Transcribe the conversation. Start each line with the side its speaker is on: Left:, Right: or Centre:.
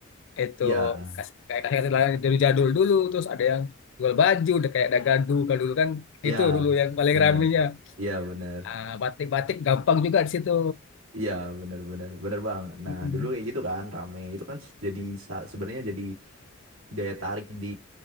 Left: Itu,
Right: Iya,
Left: kas- kayak kaset-kaset lah dari jadul dulu. Terus ada yang jual baju, udah kayak dagadu. Kalau dulu kan
Right: Ya,
Left: itu
Right: kayak
Left: dulu
Right: gitu
Left: yang paling
Right: bener.
Left: ramenya.
Right: Iya, Iya, bener.
Left: Ah, batik-batik gampang juga di situ.
Right: Iya, iya, bener, bener, bener bang. Nah,
Left: Mm-mm.
Right: dulu kayak gitu kan, rame. Itu kan se- jadi sa- sebenarnya jadi daya tarik di